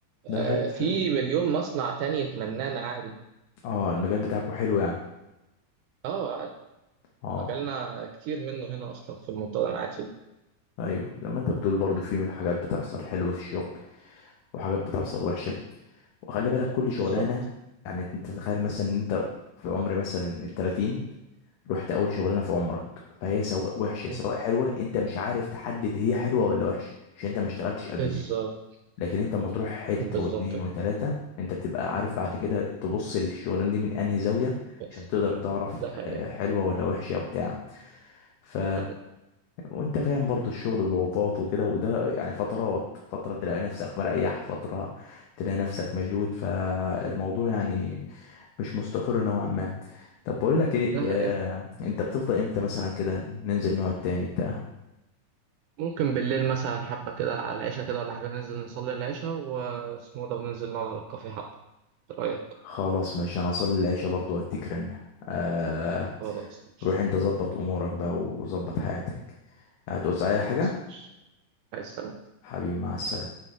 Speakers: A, on the right (about 80°); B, on the left (about 75°).
A: آه،
B: ده حته
A: في
B: حلو
A: مليون مصنع تاني يتمنانا عادي
B: اه المجال بتاعكو حلو يعني
A: اه عادي
B: اه
A: مجالنا كتير منه هنا اصلا في المنطقه اللي انا قاعد فيها
B: ايوه زي ما انت بتقول برضو في حاجات بتحصل حلوه في الشغل وحاجات بتحصل وحشه وخلي بالك كل
A: بالظبط
B: شغلانه يعني انت تتخيل مثلا ان انت في عمر مثلا التلاتين رحت اول شغلانه في عمرك فهي سواء وحشه
A: مم.
B: سواء حلوه انت مش عارف تحدد هي حلوه ولا وحشه عشان انت ما اشتغلتش قبل
A: بالظبط
B: كده لكن انت اما تروح حته
A: بالظبط
B: واتنين
A: كده.
B: وتلاته انت بتبقى عارف بعد كده تبص للشغلانه دي من انهي زاويه
A: بس
B: عشان تقدر تعرف
A: ده حقيقي
B: آه، حلوه ولا وحشه بتاع ف
A: حقيقي.
B: وانت فاهم برضو الشغل الضغوطات وكده وده يعني فترات فتره تلاقي نفسك مريح فتره تلاقي نفسك مشدود فالموضوع يعني مش مستقر نوعا ما طب بقول لك ايه
A: ده
B: آه،
A: حقيقي
B: انت بتفضى امتى مثلا كده ننزل نقعد تاني بتاع
A: ممكن بالليل مثلا حبه كده على العشاء كده ولا حاجه ننزل نصلي العشاء واسمه ده وننزل نقعد على الكافيه حبه إيه رايك
B: خلاص ماشي انا اصلي العشاء برضو واديك رن آه
A: خلاص ماشي
B: روح انت ظبط امورك بقى وظبط حياتك هتعوز اي
A: خلاص
B: حاجة
A: ماشي عايز سلام
B: حبيبي مع السلامة